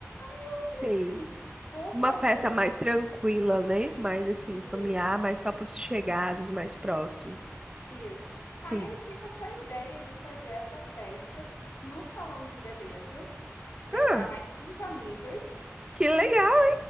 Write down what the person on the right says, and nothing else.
sei.
Uma
festa
mais tranquila, né? Mais assim,
familiar, mais só para os chegados, mais próximos.
Sim.
Ah,
que legal.